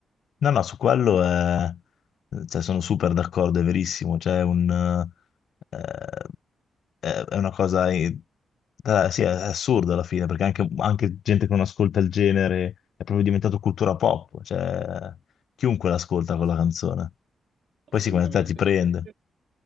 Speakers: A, on the left; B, on the right.
A: No, no, su quello è- cioè, sono super d'accordo, è verissimo. Cioè, è un, eh, è è una cosa eh, eh, sì, è assurda alla fine, perché anche, anche gente che non ascolta il genere è proprio diventato cultura pop. Cioè, chiunque l'ascolta
B: ass-
A: quella canzone.
B: assolutamente.
A: Poi sì, come te ti prende.
B: E invece